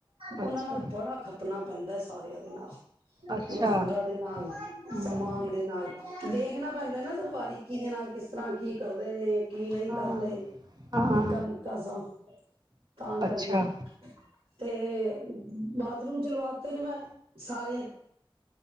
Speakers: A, on the right; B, on the right.
A: ਉਹਨਾਂ
B: ਅੱਛਾ
A: ਨਾਲ ਬੜਾ ਖੱਪਣਾ ਪੈਂਦਾ ਸਾਰਿਆਂ ਦੇ ਨਾਲ
B: ਅੱਛਾ
A: ਮਜ਼ਦੂਰਾਂ ਦੇ ਨਾਲ
B: ਹਮ
A: ਸਮਾਨ ਦੇ ਨਾਲ ਦੇਖਣਾ ਪੈਂਦਾ ਨਾ ਸਫਾਰੀਕੀ ਦੇ ਨਾਲ ਕਿਸ ਤਰ੍ਹਾਂ ਤਾਂ ਕੀ ਕਰਦੇ ਨੇ, ਕੀ ਨਹੀਂ
B: ਹਾਂ
A: ਕਰ ਰਹੇ
B: ਹਾਂ
A: ਨਿੱਕਾ ਨਿੱਕਾ ਸ ਤਾਂ ਕਰਕੇ
B: ਅੱਛਾ
A: ਤੇ ਬਾਥਰੂਮ, ਚਲਵਾਤੇ ਨੇ ਮੈਂ ਸਾਰੇ,